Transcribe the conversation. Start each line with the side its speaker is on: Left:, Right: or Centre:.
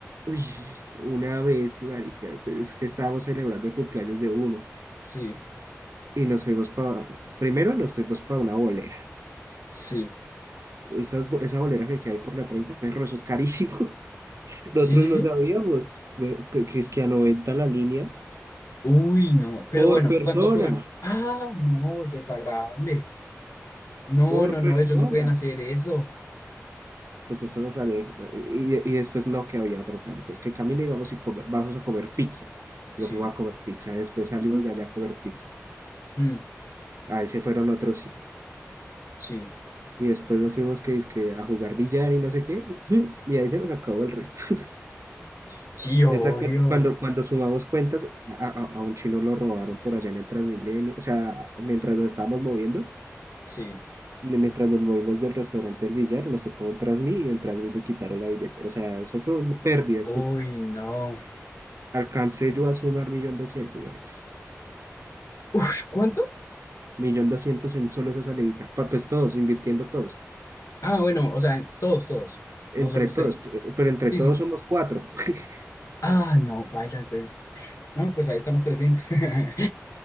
Right: uy, una vez, marica, pues, es que estábamos celebrando el cumpleaños de uno
Left: Sí,
Right: y nos fuimos para, primero nos fuimos para una bolera.
Left: sí,
Right: Esas, bo- esa bolera que, que hay por la treinta perro, eso es carísimo. <laughs>
Left: sí,
Right: Nosotros
Left: sí,
Right: no
Left: sí.
Right: sabíamos, we- que, que es que a 90 la línea
Left: Uy, no, pero
Right: por
Left: bueno,
Right: persona,
Left: ¿cuántos juegan? Ah, no, desagradable. No,
Right: por
Left: no,
Right: persona.
Left: no, ellos no pueden hacer eso.
Right: Pues eso no salió. Y, y después no, que había otro plan. Entonces, que camine y vamos, y come- vamos a comer pizza.
Left: Sí,
Right: Y nos fuimos a comer pizza. Después salimos de allá a comer pizza.
Left: mm,
Right: Ahí se fueron otros cien
Left: sí,
Right: Y después nos fuimos que, que a jugar billar y no sé qué. <laughs> Y ahí se nos acabó el resto. <laughs>
Left: sí, obvio,
Right: Esa cu- cuando, cuando sumamos cuentas, a, a- a un chino lo robaron por allá en el Transmilenio. O sea, mientras nos estábamos moviendo,
Left: sí.
Right: mientras nos movimos del restaurante del billar, nos tocó un Transmi y en Transmi le quitaron la billetera. O sea, eso fue una pérdida.
Left: Uy, no.
Right: Alcancé yo a sumar millón doscientos, marica.
Left: Uf, ¿cuánto?
Right: Millón doscientos en solo esa salidita. Pa- Pues todos, invirtiendo todos.
Left: Ah, bueno, o sea, todos, todos.
Right: Entre
Left: No solo usted.
Right: todos, pero, pero entre
Left: Sí,
Right: todos
Left: sí.
Right: somos cuatro. <laughs>
Left: Ah, no, paila, entonces. uf, No, pues ahí están los 300. <laughs>